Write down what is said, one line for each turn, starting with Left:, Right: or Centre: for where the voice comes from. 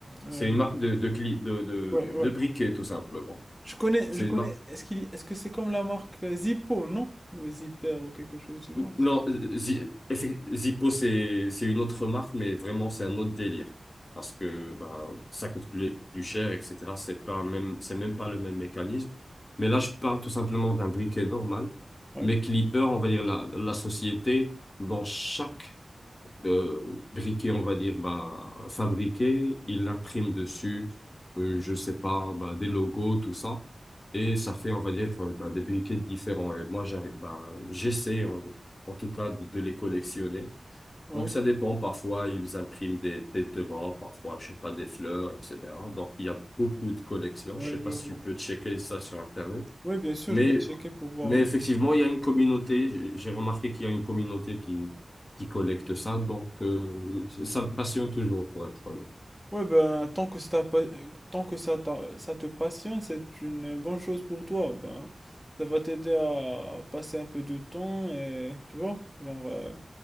Centre: euh,
Left: C'est une marque de, de, cli- de, de,
Centre: ouais, ouais.
Left: de briquets, tout simplement.
Centre: Je connais,
Left: C'est
Centre: je connais.
Left: une marque
Centre: Est-ce qu'il, est-ce que c'est comme la marque euh, Zippo, non? Ou le Zipper ou quelque chose du genre.
Left: Non, Zi- effe- Zippo, c'est, c'est une autre marque, mais vraiment, c'est un autre délire. Parce que bah, ça coûte plus, plus cher, etc. C'est pas un même, c'est même pas le même mécanisme. Mais là, je parle tout simplement d'un briquet normal.
Centre: Ouais,
Left: Mais Clipper, on va dire la, la société, dans chaque de briquet, on va dire, bah, fabriqué. Il imprime dessus, euh, je sais pas, bah, des logos, tout ça. Et ça fait, on va dire, euh, bah, des briquets différents. Et moi, j'arrive, bah, j'essaie, en, en tout cas, de, de les collectionner.
Centre: ouais,
Left: Donc, ça dépend. Parfois, ils impriment des, des morts, parfois, je sais pas, des fleurs, etc. Donc, il y a beaucoup de collections.
Centre: ouais,
Left: Je sais pas
Centre: je vois.
Left: si tu peux checker ça sur Internet.
Centre: Ouais, bien sûr,
Left: Mais,
Centre: je vais checker pour voir
Left: mais
Centre: un
Left: effectivement, il y a une communauté. J'ai j'ai remarqué qu'il y a une communauté qui, qui collecte ça. Donc, euh, ça me passionne toujours, pour être honnête.
Centre: Ouais, ben, tant que ça, pa- euh, tant que ça, t'a- ça te passionne, c'est une bonne chose pour toi. Ben, ça va t'aider à passer un peu de temps et, tu vois, genre, euh,